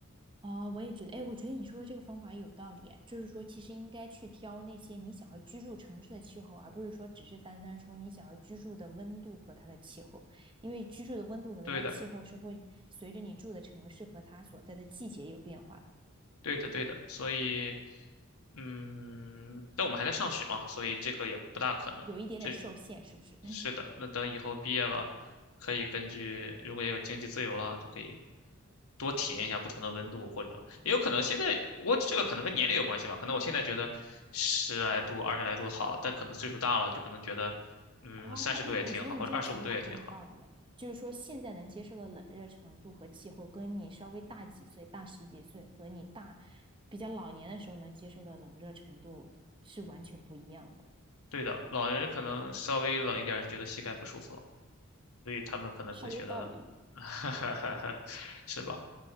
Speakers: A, on the right; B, on the left.
A: 哦，我也觉得，哎，我觉得你说的这个方法有道理啊，就是说其实应该去挑那些你想要居住城市的气候，而不是说只是单单说你想要居住的温度和它的气候，因为居住的温度和它的气候是会随着你住的城市和它所在的季节有变化的，
B: 对的。对的，对的，所以，嗯，但我们还在上学嘛，所以这个也不大可能。
A: 有一点点受限，
B: 这
A: 是不是？<laughs>
B: 是的，那等以后毕业了，可以根据如果也有经济自由了，就可以多体验一下不同的温度，或者也有可能现在我这个可能跟年龄有关系吧，可能我现在觉得十来度、二十来度好，但可能岁数大了就可能觉得，嗯，
A: 哦，
B: 三十度也挺好，
A: 哎，我觉得你这个想法很有道理，
B: 或者二十五度也挺好。
A: 哎，就是说现在能接受的冷热程度和气候，跟你稍微大几岁、大十几岁和你大比较老年的时候能接受的冷热程度是完全不一样的。
B: 对的，老人可能稍微冷一点儿就觉得膝盖不舒服了。所以他们可能更学的，
A: 好有道理。
B: <laughs> 是吧？